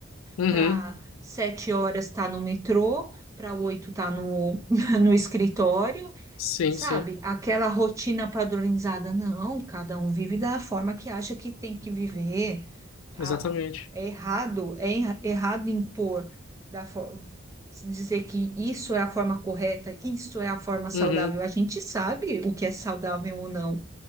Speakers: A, on the left; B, on the right.
A: uhum,
B: para sete horas tá no metrô, para oito tá no, <laughs> no escritório,
A: sim,
B: sabe?
A: sim,
B: Aquela rotina padronizada, não, cada um vive da forma que acha que tem que viver. A-
A: exatamente,
B: É errado, é erra- errado impor da forma. Dizer que isso é a forma correta, isso é a forma saudável.
A: uhum,
B: A gente sabe o que é saudável ou não,